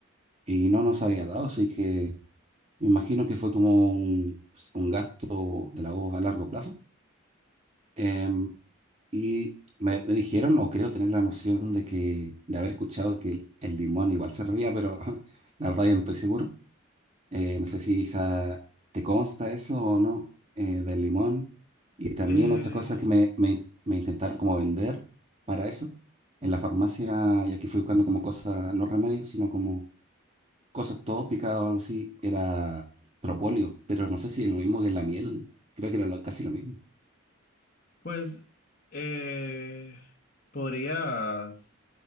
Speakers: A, on the right; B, on the left.
A: y no nos había dado, así que me imagino que fue como un, un gasto de la voz a largo plazo. Em, y me, me dijeron, o creo tener la noción de que, de haber escuchado que el, el limón igual se reía, pero <laughs> la verdad ya no estoy seguro. Eh, no sé si esa- te consta eso o no, eh, del limón. Y también
B: Eh,
A: otra cosa que me, me- me intentaron como vender para eso, en la farmacia, ya que fui buscando como cosas, no remedios, sino como cosas tópicas o algo así, era propóleo, pero no sé si es lo mismo que la miel, creo que era lo- casi lo mismo.
B: Pues eh, podrías,